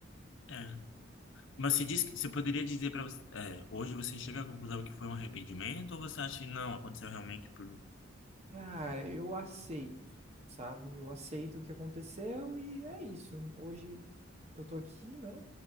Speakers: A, on the left; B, on the right.
A: É. Mas se diz que você poderia dizer para você. é, hoje você chega à conclusão que foi um arrependimento ou você acha que não, aconteceu realmente por.
B: Cara, eu aceito, sabe? Eu aceito o que aconteceu e é isso. Hoje eu tô aqui, né?